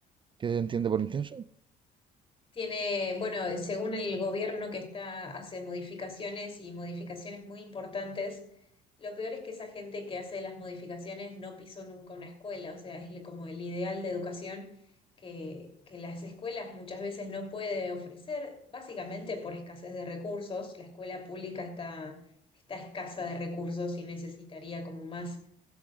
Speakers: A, on the right; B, on the left.
A: ¿Qué se entiende por intenso?
B: Tiene, bueno, según el gobierno que está, hace modificaciones y modificaciones muy importantes, lo peor es que esa gente que hace las modificaciones no pisó nunca una escuela, o sea, es le- como el ideal de educación que, que las escuelas muchas veces no puede ofrecer, básicamente por escasez de recursos. La escuela pública está, está escasa de recursos y necesitaría como más